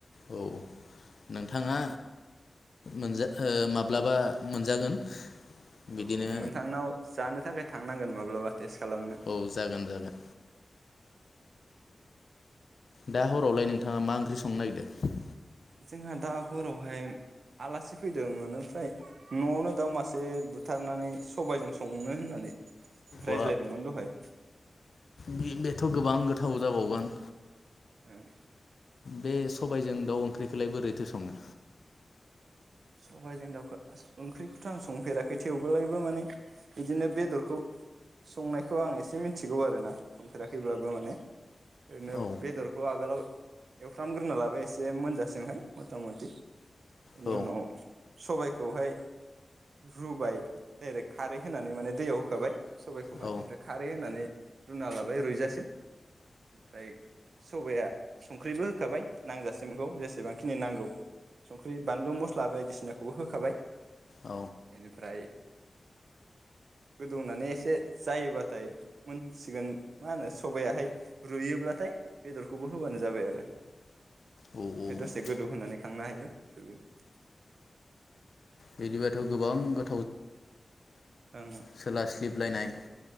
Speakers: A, on the left (about 70°); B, on the right (about 80°).
A: औ नोंथाङा मोनजा माब्लाबा मोनजागोन बिदिनो
B: औ औ नोंथांनाव जानो थाखाय थांनांगोन माब्लाबा टेस्ट खालामनो
A: औ जागोन जागोन दा हरावलाय नोंथाङा मा ओंख्रिं संगोन नागिरदों।
B: जोंहा दा हरावहाय आलासि फैदों एनिफ्राय न'आवनो दाउ मासे बुथारनानै सबायजों संनो होननानै रायज्लायदोंमोन
A: अ
B: दहाय
A: बे बेथ' गोबां गोथाव जाबावगोन।
B: ओं।
A: बे सबायजों दाउ ओंख्रिखौलाय बोरैथो सङो
B: सबायाइजों दाउखौ ओंख्रिखौथ' आं संफेराखै थेवब्लाबो माने बिदिनो बेदरखौ संनायखौ आं एसे मिथिगौ आरोना संफेराखैब्लाबो माने ओरैनो
A: औ
B: बेदरखौ आगोलाव एवफ्रामग्रोना लाबाय एसे मोनजासिमहाय मथा मथि नि
A: औ
B: उनाव सबायखौहाय रुबाय डाइरेक्ट खारै होनानै माने दैयाव होखाबाय सबायखौहाय
A: औ
B: ओमफ्राय खारै होनानै रुना लाबाय रुयजासिम ओमफ्राय सबाया संख्रिबो होखाबाय नांजासिमखौ जेसेबांखिनि नांगौ। संख्रि बानलु मस बायदिसिनाखौबो होखाबाय
A: औ
B: बेनिफ्राय गोदौनानै एसे जायोबाथाय मोनसिगोन मा होनो सबायाहाय रुयोब्लाथाय बेदरखौबो होबानो जाबाय आरो।
A: औ
B: ओमफ्राय दसे गोदौ होनानै खांनो हायो। <unintelligible>
A: बिदिबाथ' गोबांगो
B: औं
A: सोलास्लिबलायनाय
B: ओंं